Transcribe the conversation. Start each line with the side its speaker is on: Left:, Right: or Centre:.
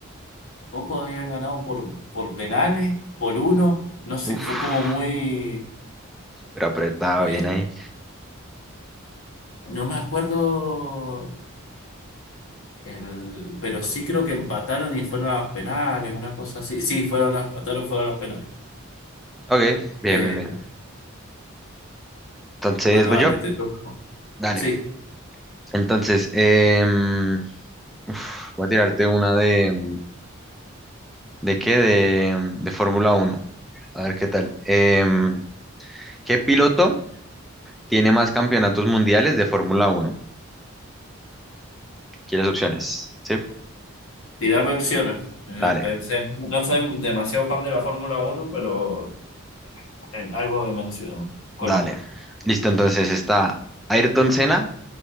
Left: equivoco, habían ganado por, por penales, por uno, no sé,
Centre: Uf,
Left: fue como muy,
Centre: súper apretado,
Left: eh,
Centre: bien ahí.
Left: no me acuerdo El, pero sí creo que empataron y fueron a los penales, una cosa así. Sí, fueron a empataron, fueron a los penales.
Centre: Ok, bien,
Left: Eh,
Centre: bien, bien. Entonces,
Left: bueno,
Centre: voy
Left: vale,
Centre: yo.
Left: te toca.
Centre: Dale.
Left: Sí,
Centre: Entonces, em, uf, voy a tirarte una de... em, ¿De qué? De, em, de Fórmula Uno. A ver qué tal. Em, ¿qué piloto tiene más campeonatos mundiales de Fórmula Uno? ¿Quieres opciones? Sí.
Left: tirarme opciones. Yo
Centre: Dale,
Left: pensé, no soy demasiado fan de la Fórmula uno pero eh, algo de mención conozco.
Centre: dale. Listo, entonces está Ayrton Senna.